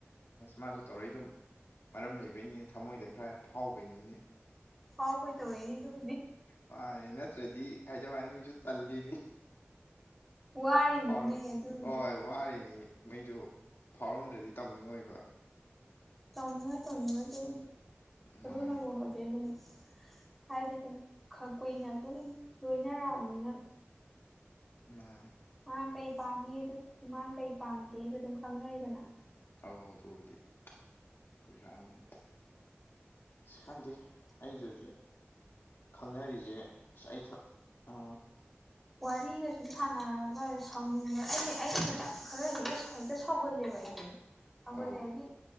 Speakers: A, on the left (about 60°); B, in the centre.
A: ꯃꯥꯁꯨ ꯇꯧꯔꯛꯏꯗꯣ ꯃꯔꯝ ꯂꯩꯕꯩꯅꯤꯅꯦ ꯊꯃꯣꯏꯗ ꯈꯔ ꯐꯥꯎꯕꯩꯅꯤꯅꯦ
B: ꯐꯥꯎꯕꯩ ꯇꯧꯔꯛꯏꯅꯦ ꯑꯗꯨ
A: ꯃꯥꯅꯦ ꯅꯠꯇ꯭ꯔꯗꯤ ꯍꯥꯏꯖꯕꯋꯥꯅꯤ ꯃꯤꯖꯨ ꯇꯜꯂꯤꯅꯤ
B: ꯋꯥꯔꯤꯅꯤꯅꯦ
A: ꯐꯥꯎꯔ
B: ꯑꯗꯨꯕꯨꯗꯤ
A: ꯑꯣꯏ ꯋꯥꯔꯤꯅꯤ ꯃꯤꯖꯨ ꯐꯥꯎꯔꯝꯗ꯭ꯔꯗꯤ ꯇꯧꯅꯤꯡꯉꯣꯏꯕ
B: ꯇꯧꯅꯤꯡꯉꯣꯏ ꯇꯧꯅꯤꯡꯉꯣꯏ ꯗꯨꯕꯨꯗꯤ ꯑꯗꯨꯅꯕꯨ
A: ꯃꯥꯅꯤ
B: ꯍꯧꯖꯤꯛ ꯑꯗꯨꯝ ꯍꯥꯏꯗꯤ ꯑꯗꯨꯝ ꯈ ꯀꯨꯏꯅ ꯑꯗꯨꯝ ꯂꯣꯏꯅꯔꯛꯑꯝꯅꯤꯅꯥ
A: ꯃꯥꯅꯦ
B: ꯃꯥ ꯀꯩ ꯄꯥꯝꯃꯤ ꯑꯗꯨ ꯃꯥ ꯀꯩ ꯄꯥꯝꯗꯦꯗꯨ ꯑꯗꯨꯝ ꯈꯪꯅꯩꯗꯅꯥ
A: ꯑꯧ ꯑꯗꯨꯕꯨꯗꯤ ꯀꯨꯏꯔꯛꯑꯝꯅꯤ ꯑꯁ ꯈꯪꯗꯦ ꯑꯩꯖꯨ ꯍꯧꯖꯤꯛ ꯈꯪꯅꯔꯤꯖꯦ ꯑꯁ ꯑꯩ ꯊ ꯑꯝ
B: ꯋꯥꯔꯤꯒ ꯁꯨꯝ ꯁꯥꯟꯅꯔꯒ ꯁꯥꯎꯅꯤꯡꯕ꯭ꯔ ꯑꯩ ꯍꯦꯛ ꯑꯩꯩꯅ ꯈꯤꯇ ꯈꯔ ꯍꯦꯛꯇ ꯍꯦꯛꯇ ꯁꯥꯎꯒꯜꯂꯦꯕ ꯑꯩꯖꯦ ꯁꯥꯎꯒꯜꯂꯦ
A: ꯑꯧ
B: ꯍꯥꯏꯗꯤ